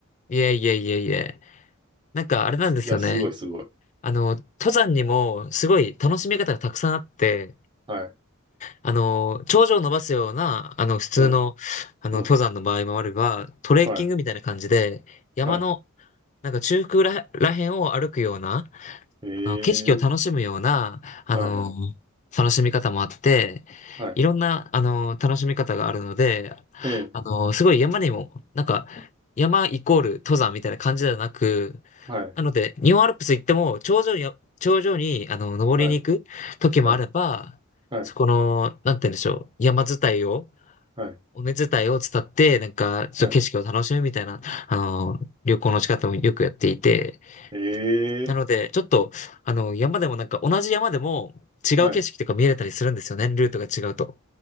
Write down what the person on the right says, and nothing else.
いや、すごいすごい。
はい。
うん、
うん、
はい、
はい。
え
え、
はいはい、
はい。
ええ、
はい、
はい、はい、はい、
はい。
はい
ええ、
はい。